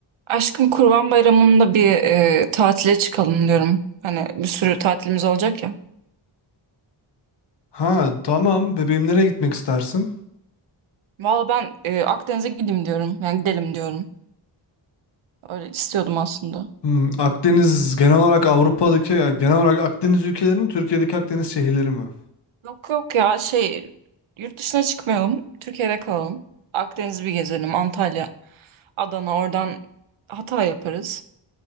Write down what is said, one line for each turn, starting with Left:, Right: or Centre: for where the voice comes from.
Right: Aşkım Kurban Bayramı'nda bir e, tatile çıkalım diyorum. Hani bir sürü tatilimiz olacak ya.
Left: Ha tamam. Bebeğim nereye gitmek istersin?
Right: Valla ben e, Akdeniz'e gideyim diyorum. Yani gidelim diyorum. Öyle istiyordum aslında.
Left: Hmm, Akdeniz genel olarak Avrupa'daki yani genel olarak Akdeniz ülkeleri mi Türkiye'deki Akdeniz şehirleri mi?
Right: Yok yok ya şey yurt dışına çıkmayalım. Türkiye'de kalalım. Akdeniz'i bir gezelim. Antalya, Adana oradan Hatay yaparız.